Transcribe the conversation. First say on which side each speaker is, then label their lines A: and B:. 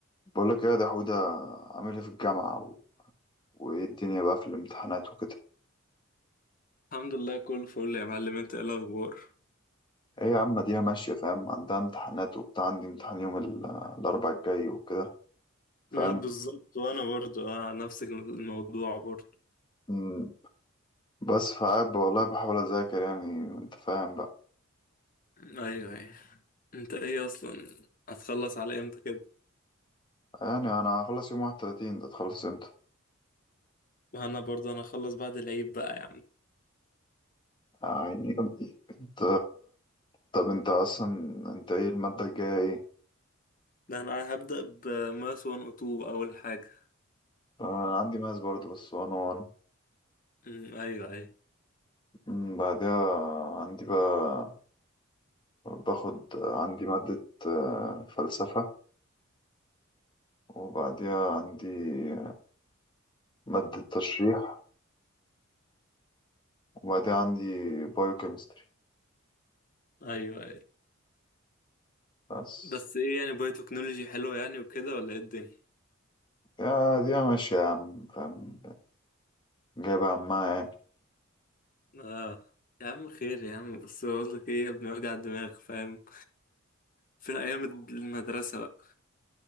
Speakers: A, on the left (about 25°); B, on the left (about 40°).
A: بقول لك ايه يا دحودة عامل ايه في الجامعة و... وايه الدنيا بقى في الامتحانات وكده
B: الحمد لله كله فل يا معلم انت ايه الاخبار
A: ايه يا عم دي ماشية فاهم عندها امتحانات وبتاع عندي امتحان يوم ال... الاربع الجاي وكده فاهم
B: مم، بالظبط وانا برضو اه نفس الموضوع برضو
A: مم، بس فقاعد بقى والله بحاول اذاكر يعني انت فاهم بقى
B: ايوه ايوه انت ايه اصلا هتخلص على امتى كده
A: يعني انا هخلص يوم واحد تلاتين ده تخلص امتى
B: ما انا برضو انا هخلص بعد العيد بقى يا عم
A: يعني قلبي انت طب انت اصلا انت ايه المادة الجاية ايه
B: ده انا هبدأ بماس 102 اول حاجة
A: انا عندي ماس برضه بس وان وان
B: مم، ايوه ايوه
A: مم، بعدها عندي بقى باخد عندي مادة آه، فلسفة وبعديها عندي مادة تشريح وبعديها عندي بايوكيمستري
B: ايوه ايوه
A: بس
B: بس ايه يعني باي تكنولوجي حلوه يعني وكده ولا ايه الدنيا
A: يا دي ماشية يا عم فاهم جايبة عمها يعني
B: اه يا عم خير يا عم بس بقول لك ايه يا ابني وجع الدماغ فاهم فين ايام المدرسة بقى